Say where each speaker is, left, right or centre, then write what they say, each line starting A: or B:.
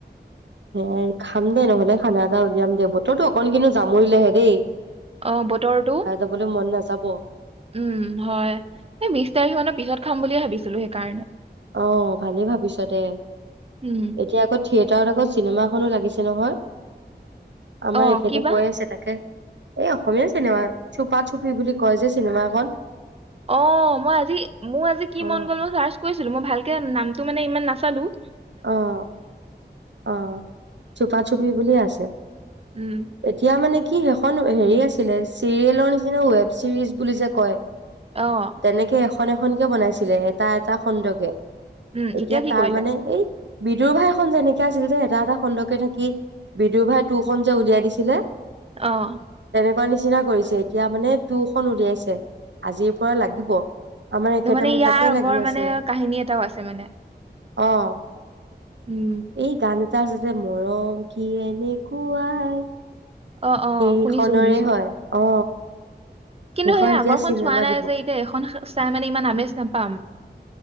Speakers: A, on the right; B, on the right.
A: সেয়াই খাম দে নহ'লে খানা এটা উলিয়াম দে বতৰটো অকন কিন্তু জামৰিলেহে দেই।
B: অ বতৰটো।
A: খাবলৈ মন নাযাব।
B: উম হয় এই বিশ তাৰিখ মানৰ পিছত খাম বুলিয়েই ভাবিছিলোঁ সেইকাৰণে।
A: অ ভালেই ভাবিছ দে।
B: উম
A: এতিয়া আক। থিয়েটাৰত আগত চিনেমা এখনো লাগিছে নহয়। আমাৰ
B: অ
A: এখেতে
B: কিবা
A: কৈ আছে তাকে। এই অসমীয়া চিনেমা চুপা চুপি বুলি কয় যে চিনেমা এখন।
B: অ মই আজি মোৰ আজি কি
A: অ
B: মন গ'ল মই চাৰ্চ কৰিছোঁ। মই ভালকে নামটো মানে ইমান নাচালোঁ।
A: অহ অহ চুপা চুপি বুলিয়ে আছে।
B: উম
A: এতিয়া মানে কি। কি সেইখন হেৰি আছিলে চিৰিয়েলৰ নিচিনা ৱোৱেব চিৰিজ বুলি কয়
B: অহ
A: তেনেকে এখন এখনকে বনাইছিলে এটা এটা খণ্ডকে
B: উম
A: এতিয়া
B: কি
A: তাৰ
B: কৰিলে
A: মানে এই বিদুৰ ভাই এখন যেনেকে আছিল যে এটা এটা খণ্ডকে থাকি বিদুৰ ভাই তু খন যে উলিয়াই দিছে। দিলে
B: অহ
A: এনেকুৱা নিচিনা কৰিছে এতিয়া মানে টুখন উলিয়াইছে আজিৰ পৰা লাগিব। আমাৰ এখেতে
B: মানে
A: মোক
B: ইয়াৰ
A: তাকে লাগি
B: উপৰ
A: আছে
B: মানে কাহিনী এটাও আছে মানে।
A: অ
B: উম
A: এই গান তাৰ পিছতে মৰম কি এনেকুৱাই।
B: অ অ
A: সেইখনৰে
B: শুনিছো শুনিছো
A: হয় অ
B: কিন্তু
A: সেইখন
B: সেই আগৰখন
A: এতিয়া চিনেমা
B: চোৱা নাই
A: দিব
B: যে এতিয়া এখন চাই মানে ইমান আমেজ নাপাম।